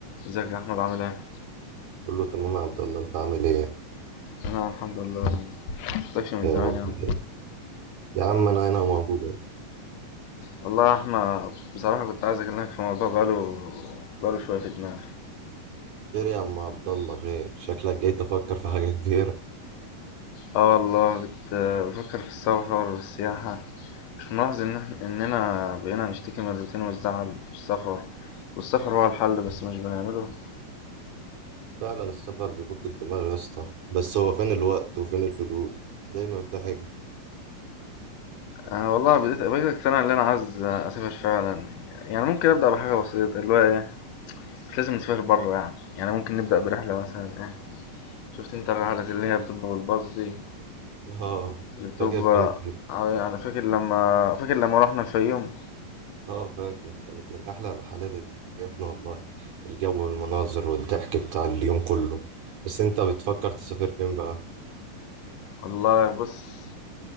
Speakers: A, on the left; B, on the right.
A: ازيك يا احمد عامل ايه
B: بقول له تمام يا عبد الله انت عامل ايه
A: انا الحمد لله والله مشفتكش من
B: يا
A: زمان
B: رب
A: يا عم
B: خير. يا عم انا هنا موجود اهو.
A: والله يا احمد بصراحه كنت عايز اكلمك في موضوع بقاله بقاله شويه في دماغي
B: خير يا عم عبد الله خير شكلك جاي تفكر في حاجه كبيره
A: اه والله كنت بفكر في السفر والسياحه مش ملاحظ ان إحنا- اننا بقينا نشتكي من الروتين والزعل والسفر والسفر هو الحل بس مش بنعمله
B: فعلا السفر بيفك الدماغ يا اسطى بس هو فين الوقت وفين الفلوس دايما في حج
A: أه والله بديت بقيت اقتنع ان انا عايز اسافر فعلا يعني ممكن ابدا بحاجه بسيطه اللي هو ايه مش لازم نسافر بره يعني يعني ممكن نبدا برحله مثلا ايه شفت انت الرحلات اللي هي بتبقى بالباص دي
B: اه
A: اللي بتبقى
B: فاكر كانت
A: أيوة أنا فاكر لما فاكر لما روحنا الفيوم
B: اه فاكر كانت من احلى الرحلات يا ابني والله الجو والمناظر والضحك بتاع اليوم كله بس انت بتفكر تسافر فين بقى
A: والله بص